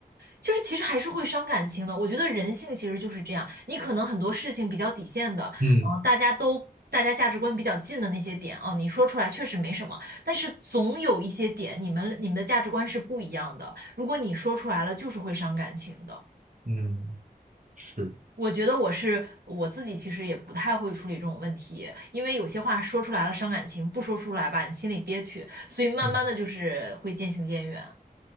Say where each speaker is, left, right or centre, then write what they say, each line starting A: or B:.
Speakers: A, on the right; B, on the right.
A: 就是其实还是会伤感情的。我觉得人性其实就是这样，你可能很多事情比较底线的，
B: 嗯
A: 嗯、大家都大家价值观比较近的那些点哦，你说出来确实没什么，但是总有一些点，你们你们的价值观是不一样的。如果你说出来了，就是会伤感情的。
B: 嗯是，
A: 我觉得我是我自己，其实也不太会处理这种问题，因为有些话说出来了伤感情，不说出来吧，你心里憋屈，所以慢慢的就是会渐行渐远。
B: 嗯